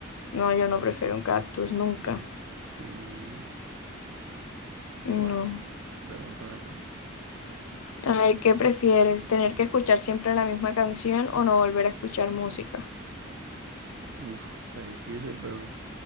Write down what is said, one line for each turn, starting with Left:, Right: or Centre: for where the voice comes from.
Left: No, yo no prefiero un cactus, nunca.
Right: Sí,
Left: No.
Right: bueno, pregúntame tú.
Left: A ver, ¿qué prefieres? ¿Tener que escuchar siempre la misma canción o no volver a escuchar música?
Right: Uf, está difícil, pero